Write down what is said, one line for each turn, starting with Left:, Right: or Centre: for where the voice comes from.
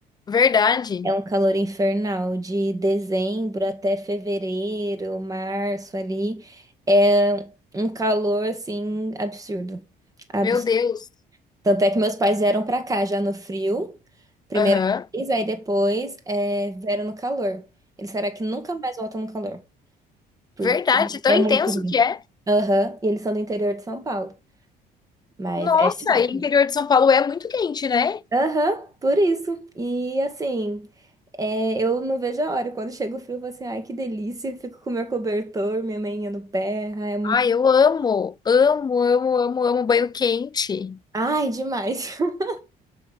Left: verdade.
Right: É um calor infernal de dezembro até fevereiro, março ali. É um calor assim absurdo. Abs-
Left: Meu Deus.
Right: Tanto é que meus pais vieram pra cá já no frio, primeira
Left: Aham.
Right: vez, aí depois é, vieram no calor. Eles será que nunca mais voltam no calor, porque
Left: Verdade, tão
Right: é
Left: intenso
Right: muito ruim.
Left: que é.
Right: Aham, E eles são do interior de São Paulo, mas
Left: Nossa,
Right: é chato.
Left: e o interior de São Paulo é muito quente, né?
Right: Aham, por isso. E assim, é, eu não vejo a hora. Quando chega o frio, eu falo assim, ai, que delícia. Fico com meu cobertor, minha meinha no pé. Ai, é muito.
Left: Ai, eu amo, amo, amo, amo, amo banho quente.
Right: Ai, demais. <laughs>